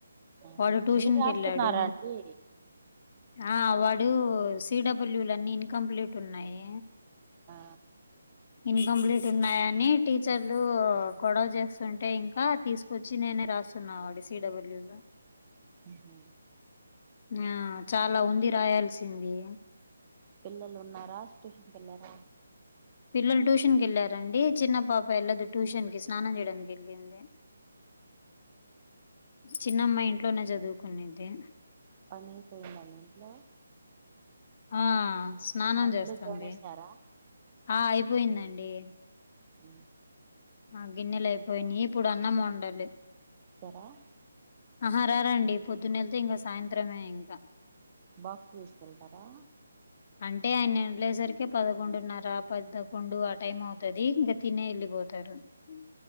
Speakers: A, on the right (about 30°); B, on the left (about 45°).
A: ఆ
B: వాడు ట్యూషన్
A: మీరు
B: కి
A: రాస్తున్నారా
B: వెళ్ళాడు
A: అండి
B: ఆ వాడు సిడబల్యూ లన్ని ఇన్కంప్లీట్ ఉన్నాయి
A: ఆ
B: ఇన్కంప్లీట్ ఉన్నాయని టీచర్లు గొడవ చేస్తుంటే ఇంకా తీసుకు వచ్చి నేనే రాస్తున్నా వాడి సిడబల్యూ గా
A: ఆహ
B: ఆ చాలా ఉంది రాయాల్సింది
A: పిల్లలు ఉన్నారా ట్యూషన్కి ఎల్లార
B: పిల్లలు ట్యూషన్ క వెళ్ళలారండి చిన్న పాప వెళ్ళదు ట్యూషన్ కి స్నానం చేయడానికి వెళ్ళింది చిన్నమ్మాయి ఇంట్లోనే చదువుకునుద్ది
A: పని అయిపోయిందా అండి ఇంట్లో
B: ఆ స్నానం
A: అంట్లు
B: చేస్తుంది
A: తోమేశారా
B: ఆ అయిపోయిందండి
A: హ
B: ఆ గిన్నెలు అయిపోయినయి ఇప్పుడు అన్నం వండలి
A: చార
B: ఆహా రారండి పొద్దున్నళ్తే ఇంకా సాయంత్రమే ఇంకా
A: బాక్స్ తీసుకెళ్తారా
B: అంటే ఆయన వెళ్ళే సరికే పదకొండున్నర పదకొండు ఆ టైం అవుతుది ఇంకా తినే వెళ్ళిపోతారు ఉమ్